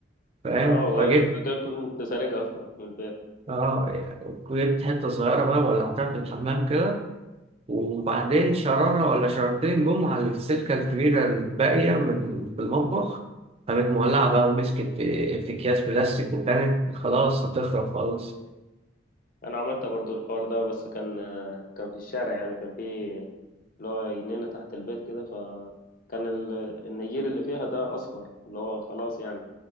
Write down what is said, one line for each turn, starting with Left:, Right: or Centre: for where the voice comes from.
Right: فاهم
Left: اه وأنا
Right: فجبت
Left: كده كنت سارقها اصلا من البيت
Right: اه جبت حتة صغيرة بقى ولعتها في الحمام كده وبعدين شرارة ولا شرارتين جم على السلكة الكبيرة الباقية من في المطبخ كانت مولعة بقى ومسكت في في أكياس بلاستيك وكانت خلاص هتخرب خالص
Left: انا عملت برضو الحوار ده بس كان كان في الشارع يعني كان في اللي هو جنينة تحت البيت كده فكان ال... النجيل اللي فيها ده اصفر اللي هو خلاص يعني